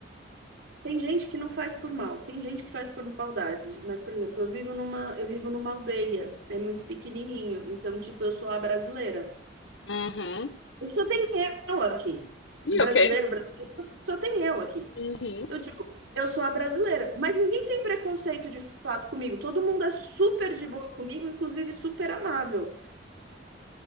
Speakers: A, on the right (about 85°); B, on the left (about 80°).
A: tem gente que não faz por mal, tem gente que faz por maldade. Mas, por exemplo, eu vivo numa, eu vivo numa aldeia, é muito pequenininho. Então, tipo, eu sou a brasileira.
B: Uhum.
A: Eu só tenho eu aqui. De
B: E
A: brasileiro,
B: ok.
A: brasileiro, só tem eu aqui.
B: Uhum.
A: Então, tipo, eu sou a brasileira. Mas ninguém tem preconceito de fato comigo. Todo mundo é super de boa comigo, inclusive super amável.